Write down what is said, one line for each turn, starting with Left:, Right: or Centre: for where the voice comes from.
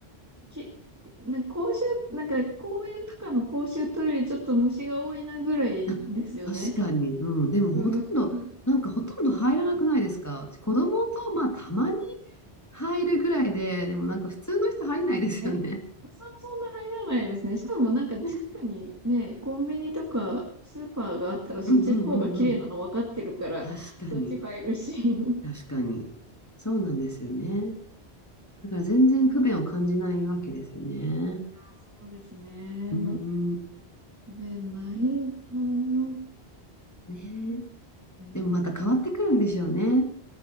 Right: き、なんか公衆、なんか公園とかの公衆トイレちょっと虫が多いなぐらいですよね。
Left: あ、確かに。うん、でもほとんど、
Right: うん。うん。
Left: なんかほとんど入らなくないですか私子供と、まあたまに入るぐらいで、でもなんか普通の人入んないですよね。
Right: そうですね。そ、そんな入らないですね。しかもなんか近くにね、
Left: ね。
Right: コンビニとかスーパーがあったらそっちの方が綺麗なの分かってるから、
Left: うんうんうんうん。確かに。
Right: そっち入るし。<laughs>
Left: 確かに。そうなんですよね。だから全然不便を感じないわけですよね。
Right: そうですね。
Left: うーん。
Right: 不便ないかな。
Left: ねえ。
Right: うん。
Left: でもまた変わってくるんでしょうね。